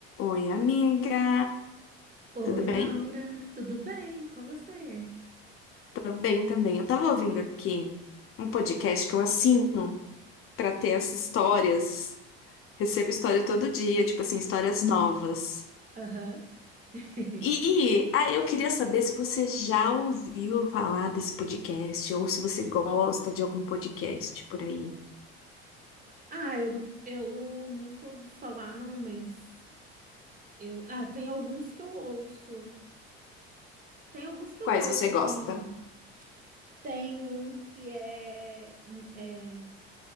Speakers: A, on the left; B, on the right.
A: Oi, amiga.
B: Oi,
A: Tudo bem?
B: Laura, tudo bem com você?
A: Tô bem também. Eu tava ouvindo aqui um podcast que eu assino pra ter essas histórias. Recebo história todo dia, tipo assim, histórias novas.
B: Aham. <laughs>
A: E ah, eu queria saber se você já ouviu falar desse podcast ou se você gosta de algum podcast por aí.
B: Ah, eu, eu nunca ouvi falar, não, mas eu. Ah, tem alguns que eu ouço. Tem alguns que eu
A: Quais
B: ouço,
A: você
B: assim.
A: gosta?
B: Tem um que é, é...